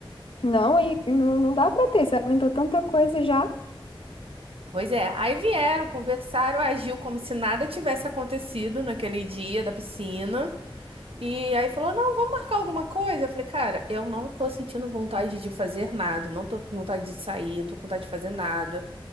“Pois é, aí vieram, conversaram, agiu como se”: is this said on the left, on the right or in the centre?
Right